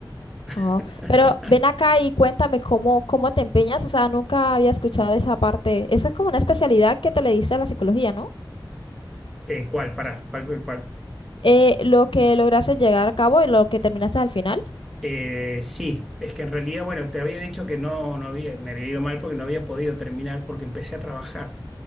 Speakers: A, on the left; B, in the centre.
A: Oh,
B: <laughs>
A: pero ven acá y cuéntame cómo, cómo te empeñas. O sea, nunca había escuchado esa parte. Eso es como una especialidad que te le diste a la psicología, ¿no?
B: Eh, ¿cuál? Pará, ¿cuál, cuál?
A: Eh, lo que lograste llegar a cabo y lo que terminaste al final.
B: Eh, sí, es que en realidad, bueno, te había dicho que no, no había, me había ido mal porque no había podido terminar porque empecé a trabajar